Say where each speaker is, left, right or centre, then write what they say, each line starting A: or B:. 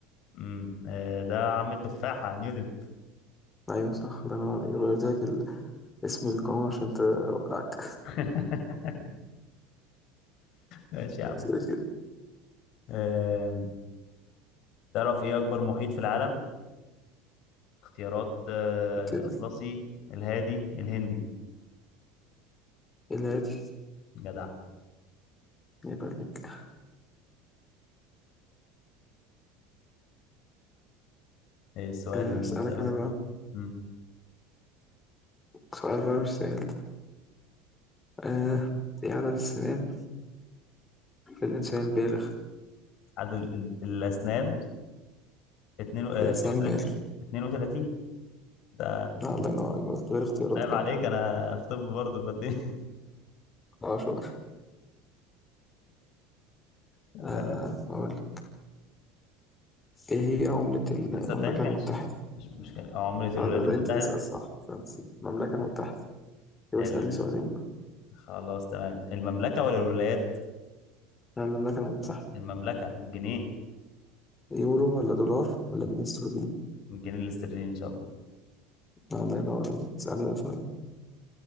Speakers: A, on the left; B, on the left.
A: مم. آه، ده عم التفاحة نيوتن
B: أيوه صح الله ينور عليك غيرت لك ال- اسم القانون عشان توقعك
A: <laughs> ماشي يا
B: <laughs>
A: عم
B: أسألك
A: آه، تعرف ايه اكبر محيط في العالم اختيارات آه، الاطلسي
B: ال-
A: الهادي الهندي
B: الهادي
A: جدع
B: يبقى عليك
A: ايه السؤال
B: آه،
A: اللي
B: أسألك
A: اساله
B: أنا بقى
A: مم.
B: سؤال بقى مش سهل ده آه إيه عدد السنين في الإنسان البالغ
A: عدد ال- الاسنان 2 آه،
B: في الإنسان
A: 32
B: البالغ
A: 32 ده
B: لا الله ينور عليك بس غير اختيارات
A: عيب
B: كده
A: عليك انا في طب برضه فدي
B: اه شو
A: <laughs>
B: آه أقول لك. إيه هي عملة المملكة
A: اسال تاني ماشي
B: المتحدة؟
A: مش مشكله عملة الولايات
B: آه ده,
A: المتحدة
B: ده أنت تسأل صح فرنسي المملكة المتحدة يبقى
A: ال...
B: اسألني سؤالين بقى
A: خلاص تمام المملكة ولا الولايات
B: آه، المملكة المتحدة
A: المملكة الجنيه
B: يورو ولا دولار ولا جنيه استرليني؟
A: الجنيه الاسترليني ان شاء الله
B: آه الله ينور عليك اسألني بقى سؤالين